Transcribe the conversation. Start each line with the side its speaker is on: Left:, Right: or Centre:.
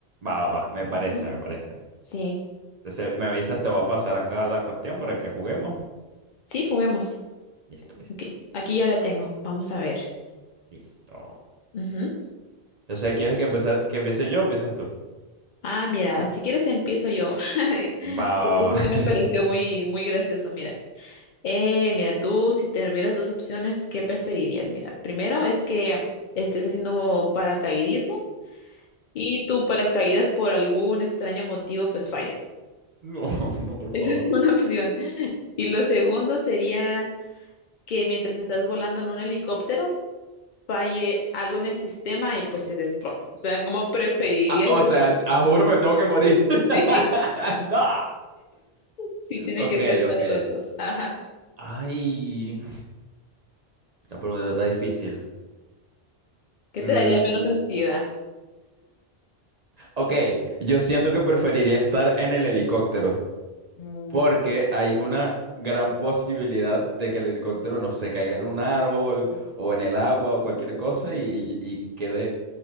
Right: Va, va, va, me parece,
Left: ¿no?
Right: me parece.
Left: Sí,
Right: Entonces, me avisas, te voy a pasar acá la cuestión para que juguemos.
Left: sí, jugamos.
Right: Listo, listo,
Left: Ok, aquí ya la tengo. Vamos a ver.
Right: listo.
Left: Ujú.
Right: Entonces, ¿quieres que empezar, que empiece yo o empiezas tú?
Left: Ah, mira, si quieres empiezo yo. <laughs>
Right: Va, va,
Left: Porque eso
Right: va.
Left: sí
Right: <laughs>
Left: me pareció muy, muy gracioso, mira. Eh, mira, tú si te hubieras dos opciones, ¿qué preferirías? Mira, primero es que estés haciendo paracaidismo y tu paracaídas por algún extraño motivo pues falla. <laughs>
Right: No, no, por
Left: Esa
Right: favor.
Left: es una opción. Y lo segundo sería que mientras estás volando en un helicóptero falle algo en el sistema y pues se desplome. O sea, ¿cómo preferirías?
Right: Ah, o
Left: <laughs>
Right: sea, a juro me tengo que morir. <laughs>
Left: Sí,
Right: ¡No!
Left: sí tiene
Right: Ok,
Left: que ser una
Right: ok.
Left: de los dos. Ajá.
Right: Ay, la pregunta está difícil.
Left: ¿Qué
Right: Mm,
Left: te daría menos ansiedad?
Right: ok, yo siento que preferiría estar en el helicóptero
Left: Mm.
Right: porque hay una gran posibilidad de que el helicóptero no se caiga en un árbol o en el agua o cualquier cosa y, y- y quede